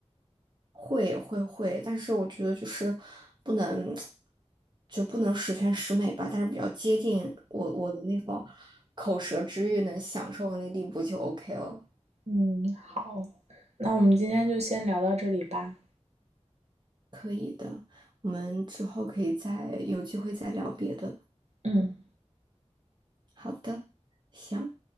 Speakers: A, on the right (about 40°); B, on the right (about 70°).
A: 会会会，但是我觉得就是不能，就不能十全十美吧，但是比较接近我我的那种口舌之欲能享受的那地步就 OK 了，
B: 嗯，好，那我们今天就先聊到这里吧。
A: 可以的。我们之后可以再有机会再聊别的。
B: 嗯。
A: 好的，行。